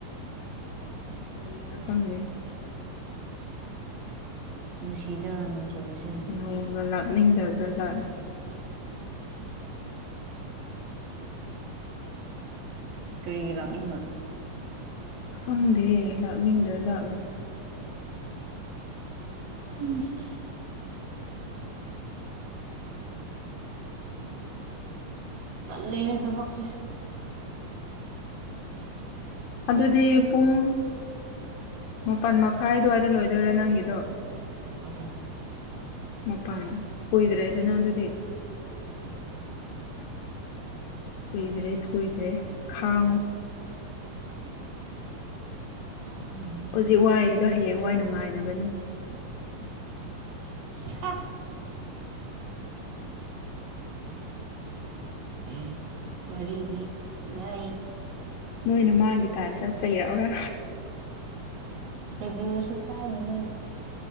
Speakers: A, on the left; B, on the right.
A: ꯀꯔꯤꯔ ꯐꯪꯗꯦ
B: ꯅꯨꯡꯁꯤꯗ ꯅꯣꯡꯆꯨꯕꯁꯤ
A: ꯅꯣꯡꯒ ꯂꯥꯛꯅꯤꯡꯗꯕ꯭ꯔꯥꯖꯥꯠꯅꯣ
B: ꯀꯔꯤꯒꯤ ꯂꯥꯛꯅꯤꯡꯉꯣꯏ
A: ꯈꯪꯗꯦ ꯂꯥꯛꯅꯤꯡꯗ꯭ꯔ ꯖꯥꯠꯂꯥ
B: ꯎꯝ ꯇꯜꯂꯦꯍꯦ ꯊꯕꯛꯁꯦ
A: ꯑꯗꯨꯗꯤ ꯄꯨꯡ ꯃꯥꯄꯟ ꯃꯈꯥꯏ ꯑꯗꯨꯋꯥꯏꯗ ꯂꯣꯏꯗꯣꯏꯔꯥ ꯅꯪꯒꯤꯗꯣ
B: ꯃꯄꯟ
A: ꯃꯄꯟ ꯀꯨꯏꯗ꯭ꯔꯦꯗꯅ ꯑꯗꯨꯗꯤ
B: ꯎꯝ
A: ꯀꯨꯏꯗ꯭ꯔꯦ ꯀꯨꯏꯗ꯭ꯔꯦ ꯈꯥꯡꯉꯨ
B: ꯈꯥꯡꯉꯅꯦ
A: ꯍꯧꯖꯤꯛ ꯋꯥꯏꯗꯣ ꯍꯌꯦꯡꯋꯥꯏ ꯅꯨꯡꯉꯥꯏꯅꯕꯅꯤ
B: <unintelligible> ꯎ ꯋꯥꯔꯤꯗꯤ ꯉ
A: ꯅꯣꯏꯅ ꯃꯥꯒꯤ ꯇꯥꯏꯞꯇ ꯆꯩꯔꯛꯑꯔ
B: ꯁꯤꯕꯤꯔꯁꯨ ꯀꯥꯏꯅꯤꯅꯦ